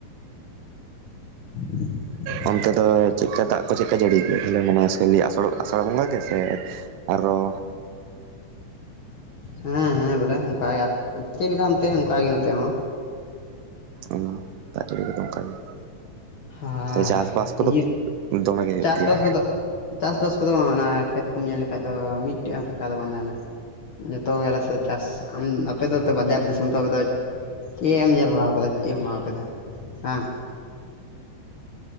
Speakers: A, on the left (about 70°); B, on the right (about 80°).
A: <inaudible>
B: ᱚᱱᱛᱮ ᱫᱚ ᱪᱤᱜ ᱠᱟ ᱫᱟᱜ ᱠᱚ ᱪᱮᱫᱠᱟ ᱡᱟᱹᱲᱤ ᱟᱞᱮ ᱢᱟ ᱟᱥᱟᱲ ᱟᱥᱟᱲ ᱵᱚᱸᱜᱟ ᱜᱮ ᱥᱮ ᱟᱨᱚ
A: ᱦᱮᱸ ᱦᱮᱸ ᱵᱚᱞᱮ ᱚᱱᱠᱟ ᱪᱮᱫ ᱞᱮᱠᱟ ᱚᱱᱛᱮ ᱚᱱᱠᱟᱜ ᱜᱮ ᱱᱚᱛᱮ ᱦᱚᱸ᱾
B: ᱚ ᱫᱟᱜ ᱡᱟᱹᱲᱤ ᱠᱚᱫᱚ ᱚᱝᱠᱟᱜᱮ,
A: ᱟᱨ
B: ᱛᱚᱵᱮ ᱪᱟᱥᱵᱟᱥ ᱠᱚᱫᱚ
A: ᱤᱭᱟᱹ
B: ᱠᱷᱩᱵ ᱫᱚᱢᱮ ᱜᱮ ᱦᱩᱭᱩᱜ
A: ᱪᱟᱥᱵᱟᱥ
B: ᱜᱮᱭᱟ?
A: ᱠᱚᱫᱚ ᱪᱟᱥᱵᱟᱥ ᱠᱚᱫᱚ ᱚᱱᱟ ᱠᱷᱮᱛ ᱠᱚᱢ ᱧᱮᱞ ᱞᱮᱠᱷᱟᱱᱡ ᱫᱚ ᱢᱤᱫᱴᱮᱡ ᱦᱚᱸ ᱯᱷᱟᱸᱠᱟ ᱫᱚ ᱵᱟᱝ ᱛᱟᱦᱮᱱᱟ᱾ ᱡᱷᱚᱛᱚ ᱜᱮ ᱟᱞᱮ ᱥᱮᱫ ᱫᱚ ᱪᱟᱥ ᱟᱢ ᱟᱯᱮ ᱛᱚ ᱵᱟᱡᱟᱨ ᱫᱤᱥᱚᱢ ᱛᱚ ᱟᱯᱮ ᱫᱚ ᱪᱮᱜ ᱮᱢ ᱧᱮᱞ ᱵᱟᱲᱟᱣ ᱠᱟᱫᱟ ᱪᱮᱜ ᱦᱚᱸ ᱵᱟᱝ ᱟᱯᱮ ᱫᱚ ᱦᱟ᱾